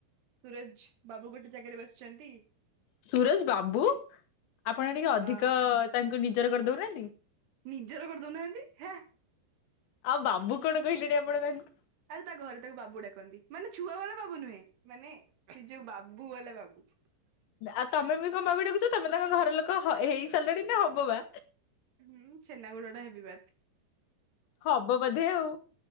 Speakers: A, on the right; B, on the left.
A: ସୁରଜ୍ ବାବୁ ଗୋଟେ ଜାଗାରେ ବସିଛନ୍ତି।
B: ସୁରଜ ବାବୁ ଆପଣ ଟିକେ ଅଧିକ
A: ହଁ
B: ତାଙ୍କୁ ନି ନିଜର କରିଦଉନାହାନ୍ତି।
A: ନିଜର କରିଦଉନାହାନ୍ତି ହେ।
B: ଆଉ ବାବୁ କଣ କହିଲେଣି ଆପଣ ତାଙ୍କୁ।
A: ଆଉ ତା ଘରେ ତାକୁ ବାବୁ ଡାକନ୍ତି ମାନେ। ଛୁଆ ବାଲା ବାବୁ ନୁହେଁ ମାନେ ସେ ଯୋଉ ବାବୁ ବାଲା ବାବୁ।
B: ଆଉ ତମେ ବି କଣ ବାବୁ ଡାକୁୁଛ ତମେ ତାଙ୍କ ଘର ଲୋକ ହେଇ ସାରିଲାଣି ନା ହବ ବା?
A: ହୁଁ ଛେନାଗୋଡ ଟା ହେବି ବା?
B: ହବ ବୋଧେ ଆଉ